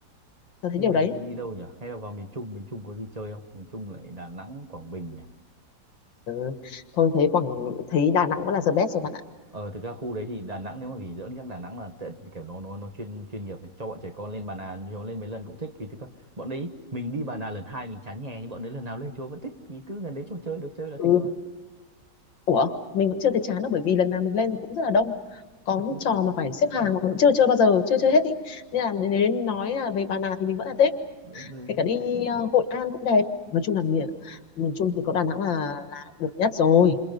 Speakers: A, on the left; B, on the right.
A: tớ thấy
B: thế
A: điều
B: bây
A: đấy
B: giờ nên đi đâu nhỉ hay là vào miền Trung miền Trung có gì chơi không miền Trung lại Đà Nẵng Quảng Bình nhỉ
A: Ừ. Thôi thấy Quảng thấy Đà Nẵng vẫn là the best rồi bạn ạ.
B: ờ thực ra khu đấy thì Đà Nẵng nếu mà nghỉ dưỡng chắc Đà Nẵng là tệ- kiểu nó nó nó chuyên chuyên nghiệp đấy. cho bọn trẻ con lên Bà Nà nó lên mấy lần cũng thích vì thực ra bọn đấy mình đi Bà Nà lần hai mình chán nhè nhưng bọn đấy lần nào lên chúa vẫn thích vì cứ gần đấy chỗ chơi được chơi là
A: Ừ.
B: thích rồi
A: Ủa, mình vẫn chưa thấy chán đâu bởi vì lần nào mình lên thì cũng rất là đông. Có
B: <laughs>
A: những trò mà phải xếp hàng mà vẫn chưa chơi bao giờ, chưa chơi hết ý. Nên là nếu nói là về Bà Nà thì mình vẫn là thích.
B: vẫn thích.
A: Kể cả đi ờ, Hội An cũng đẹp. Nói chung là miền miền Trung thì có Đà Nẵng là là được nhất rồi.